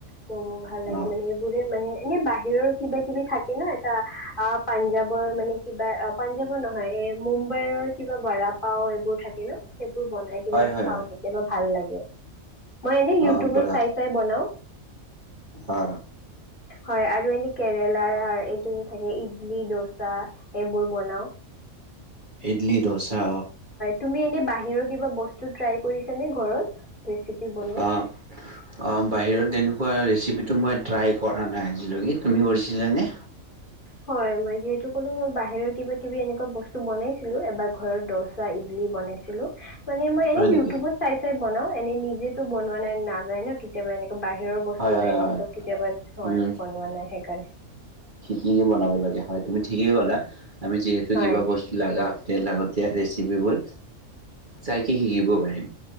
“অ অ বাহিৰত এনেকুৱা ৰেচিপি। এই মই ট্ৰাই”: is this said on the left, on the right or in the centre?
Right